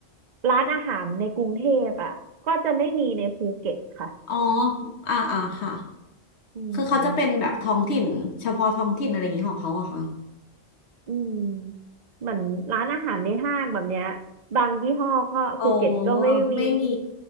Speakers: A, on the right; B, on the left.
A: ร้านอาหารในกรุงเทพอ่ะก็จะไม่มีในภูเก็ตค่ะ
B: อ๋ออ่าอ่าค่ะ
A: อืม
B: คือเขาจะเป็นแบบท้องถิ่นเฉพาะท้องถิ่นอะไรอย่างนี้ของเขาอะคะ
A: อืมเหมือนร้านอาหารในห้างแบบเนี้ยบางยี่ห้อก็ภูเก็ตก็ไม่มี
B: อ๋อไม่มี